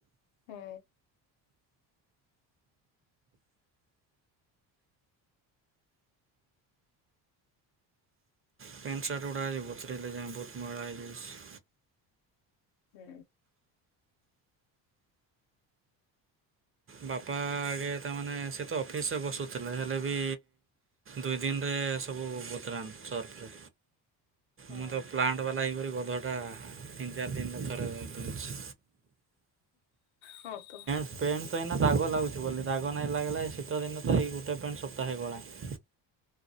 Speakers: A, on the left; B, on the right.
A: ହୁଁ।
B: ପେଁଣ୍ଟ ସାର୍ଟ ଗୁଡ଼ା ଆଜି ବତୁରେଇଲେ ଯାଏ ବହୁତ ମଳା ହେଇଯାଇଛି।
A: ହୁଁ।
B: ବାପା ଆଗେ ତାମାନେ ସେ ତ ଅଫିସରେ ବସୁଥିଲେ ହେଲେ ବି ଦୁଇ ଦିନରେ ସବୁ ବତରାନ୍ ସର୍ଫରେ।
A: ହୁଁ
B: ମୁଁ ତ ପ୍ଲାଣ୍ଟ ବାଲା ଏହିପରି ଗଧଟା ତିନି ଚାରି ଦିନରେ ଥରେ ଧୋଉଛି।
A: ହଁ ତ।
B: ପେଣ୍ଟତ ଏଇନା ଦାଗ ଲାଗୁଛି ବୋଲି ଦାଗ ନାଇଁ ଲାଗିଲା ଶୀତ ଦିନ ତ ଏଇ ଗୋଟେ ପ୍ୟାଣ୍ଟ ସପ୍ତାହେ ଗଳା। <unintelligible>